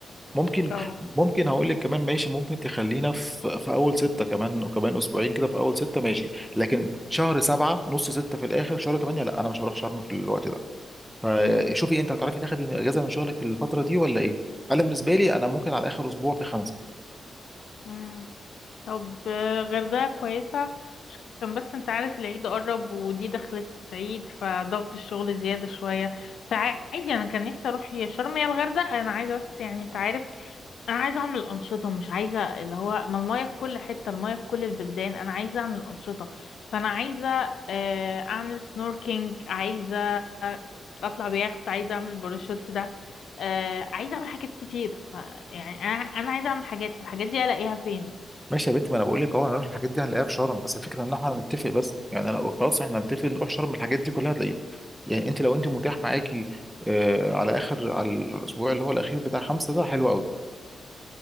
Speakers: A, in the centre; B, on the left.
A: ممكن
B: اه
A: ممكن هقول لك كمان ماشي ممكن تخلينا في في اول سته كمان وكمان اسبوعين كده في اول سته ماشي لكن شهر سبعه نص سته في الاخر شهر ثمانيه لا انا مش هروح شرم في الوقت ده فشوفي
B: امم
A: انت هتعرفي تاخدي اجازه من شغلك في الفتره دي ولا ايه؟ انا بالنسبه لي انا ممكن على اخر اسبوع في خمسه
B: مم. طب آه، غردقة كويسة عشان بس انت عارف العيد قرب ودي دخلت عيد فضغط الشغل زيادة شوية فعادي انا كان نفسي اروح يا شرم يا الغردقة انا عايزة بس يعني انت عارف انا عايزه اعمل انشطه مش عايزه اللي هو ما المايه في كل حته المايه في كل البلدان انا عايزه اعمل انشطه فانا عايزه آه، اعمل سنوركينج عايزه اطلع بيخت عايزه اعمل باراشوت ده آه، عايزه اعمل حاجات كتير ف يعني انا انا عايزه اعمل حاجات فالحاجات دي الاقيها فين
A: ماشي يا بنت ما انا بقول لك اهو هنروح الحاجات دي هنلاقيها في شرم بس الفكره ان احنا هنتفق بس يعني انا خلاص احنا هنتفق نروح شرم الحاجات دي كلها هتلاقيها يعني انت لو انت متاح معاكي آه على اخر على الاسبوع اللي هو الاخير بتاع خمسه ده حلو قوي